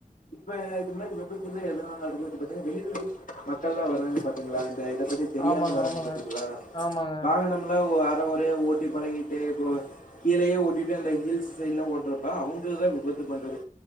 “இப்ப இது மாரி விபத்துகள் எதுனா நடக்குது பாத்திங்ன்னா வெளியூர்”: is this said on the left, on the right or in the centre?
Left